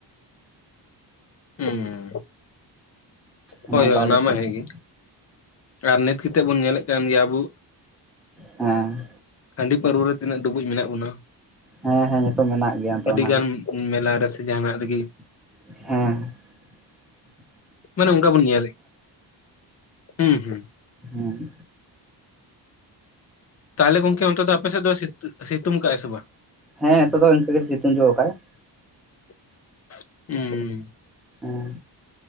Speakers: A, on the left (about 35°); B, in the centre.
A: ᱦᱩᱸ
B: ᱚᱱᱮ
A: ᱦᱳᱭ ᱦᱳᱭ
B: ᱚᱱᱠᱟ
A: ᱚᱱᱟ
B: ᱟᱞᱮ ᱥᱮᱱ
A: ᱢᱟ ᱦᱮᱸ
B: ᱦᱚᱸ
A: ᱜᱮ᱾ ᱟᱨ ᱱᱤᱛ ᱠᱟᱛᱮ ᱵᱚᱱ ᱧᱮᱞᱮᱫ ᱠᱟᱱ ᱜᱮᱭᱟ ᱟᱵᱚ
B: ᱦᱮᱸ᱾
A: ᱦᱟᱺᱰᱤ ᱯᱟᱹᱨᱩᱣᱟᱹ ᱨᱮ ᱛᱤᱱᱟᱹᱜ ᱰᱩᱵᱩᱡ ᱢᱮᱱᱟᱜ ᱵᱚᱱᱟ?
B: ᱦᱮᱸ ᱦᱮᱸ ᱱᱤᱛᱚᱜ ᱢᱮᱱᱟᱜ ᱜᱮᱭᱟ ᱛᱚ
A: ᱟᱹᱰᱤ
B: ᱚᱱᱟ
A: ᱜᱟᱱ ᱢᱮᱞᱟ ᱨᱮ ᱥᱮ ᱡᱟᱦᱟᱸᱱᱟᱜ ᱨᱮᱜᱮ
B: ᱦᱮᱸ ᱾
A: ᱢᱟᱱᱮ ᱚᱱᱠᱟ ᱵᱚᱱ ᱧᱮᱞᱮᱫ ᱦᱩᱸ ᱦᱩᱸ᱾
B: ᱦᱩᱸ ᱾
A: ᱛᱟᱦᱚᱞᱮ ᱜᱚᱝᱠᱮ ᱚᱱᱛᱮ ᱫᱚ ᱟᱯᱮ ᱥᱮᱫ ᱫᱚ ᱥᱤᱛ ᱥᱤᱛᱩᱝ ᱠᱟᱜᱼᱟ ᱥᱮ ᱵᱟᱝ?
B: ᱦᱮᱸ ᱱᱤᱛᱚᱜ ᱫᱚ ᱤᱱᱠᱟᱹ ᱜᱮ ᱥᱤᱛᱩᱝ ᱡᱚ ᱟᱠᱟᱜᱼᱟᱭ ᱾
A: ᱩᱸ ᱾
B: ᱩᱸ